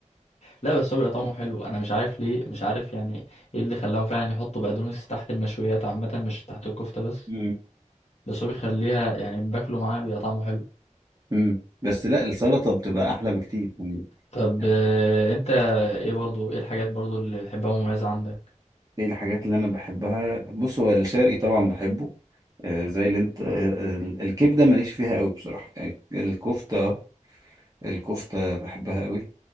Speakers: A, on the left; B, on the right.
A: لا بس هو بيبقى طعمه حلو انا مش عارف ليه مش عارف يعني ايه اللي خلاهم فعلا يحطوا بقدونس تحت المشويات عامة مش تحت الكفتة بس
B: مم.
A: بس هو بيخليها يعني باكله معاها بيبقى طعمه حلو
B: مم. بس لا السلطه بتبقى احلى بكتير يعني
A: طب
B: يعني
A: آه، انت ايه برضو ايه الحاجات برضو اللي بتحبها مميزة عندك
B: ايه الحاجات اللي انا بحبها بص هو الشرقي طبعا بحبه آه، زي اللي انت آه، ال- الكبده ماليش فيها قوي بصراحه يعني الكفته آه، الكفته بحبها قوي